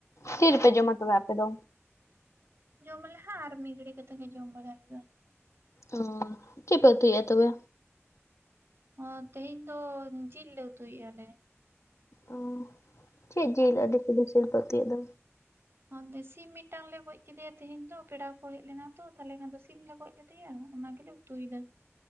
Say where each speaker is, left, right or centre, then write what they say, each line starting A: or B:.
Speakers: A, on the left; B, on the right.
A: ᱛᱤ ᱨᱮᱯᱮ ᱡᱚᱢᱟ ᱛᱚᱵᱮ ᱟᱯᱮ ᱫᱚ?
B: ᱡᱚᱢ ᱟᱞᱮ ᱦᱮ ᱟᱨ ᱢᱤᱫ ᱜᱷᱟᱲᱤ ᱠᱟᱛᱮ ᱜᱮ ᱡᱚᱢ ᱵᱟᱲᱟᱟ ᱦᱩᱭᱩᱜᱼᱟ᱾
A: ᱚ ᱪᱮᱫ ᱯᱮ ᱩᱛᱩᱭᱮᱫ ᱟ ᱛᱚᱵᱮ?
B: ᱦᱚᱸ ᱛᱮᱦᱮᱧ ᱫᱚ ᱡᱤᱞ ᱞᱮ ᱩᱛᱩᱭᱮᱫ ᱟᱞᱮ᱾
A: ᱚᱸᱻ ᱪᱮᱫ ᱡᱤᱞ ᱟᱹᱰᱤ ᱥᱤᱵᱤᱞ ᱥᱤᱵᱤᱞ ᱯᱮ ᱩᱛᱩᱭᱮᱫ ᱫᱚ
B: ᱚᱱᱛᱮ ᱥᱤᱢ ᱢᱤᱫᱴᱟᱝ ᱞᱮ ᱜᱚᱡ ᱠᱮᱫᱮᱭᱟ ᱛᱤᱦᱤᱧ ᱫᱚ ᱯᱮᱲᱟ ᱠᱚ ᱦᱮᱡ ᱞᱮᱱᱟ ᱛᱚ ᱛᱟᱦᱞᱮ ᱠᱷᱟᱱ ᱫᱚ ᱥᱤᱢ ᱞᱮ ᱜᱚᱡ ᱠᱮᱫᱮᱭᱟ ᱚᱱᱟ ᱜᱮᱞᱮ ᱛᱩᱭ ᱫᱟ,